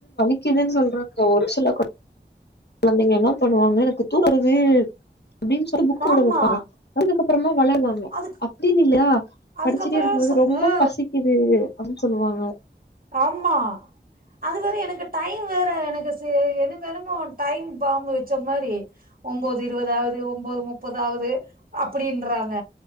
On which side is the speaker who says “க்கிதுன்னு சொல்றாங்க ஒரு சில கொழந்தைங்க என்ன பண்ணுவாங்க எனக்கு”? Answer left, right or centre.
Left